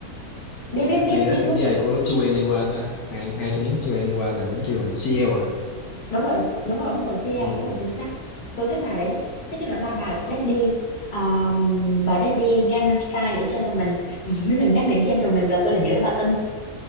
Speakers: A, on the left; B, on the left.
A: biết biết biết
B: đi
A: biết
B: hát chung
A: biết
B: với ai của 2NE1 ta ai ai trong nhóm 2NE1 nào quên chưa rồi CL à
A: đúng rồi đúng rồi đúng rồi CL
B: CL
A: đúng rồi chính xác tôi thích bài đấy nói chung là ba bài Daddy um, bài Daddy Gangnam Style và Gentleman <laughs> mà mỗi lần nhắc đến Gentleman là tôi lại nhớ bà Tưng